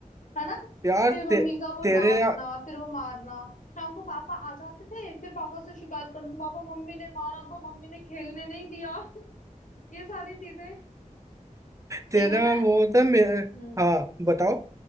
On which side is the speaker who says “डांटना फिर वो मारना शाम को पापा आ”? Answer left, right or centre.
Left